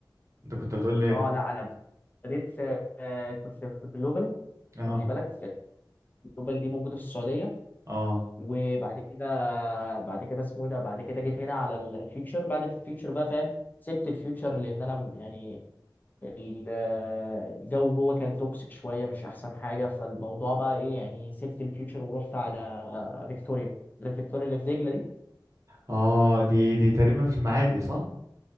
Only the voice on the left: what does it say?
اه
لا انا بديت آه، كنت في جلوبال
خلي بالك جلوبال دي موجوده في السعوديه
وبعد كده بعد كده اسمه ايه ده بعد كده جيت هنا على الفيوتشر بعد الفيوتشر بقى فاهم سبت الفيوتشر لان انا يعني ال- الجو جوه كان توكسيك شويه مش احسن حاجه فالموضوع بقى ايه يعني سبت الفيوتشر ورحت على فيكتوريا اللي في فيكتوريا اللي في دجله دي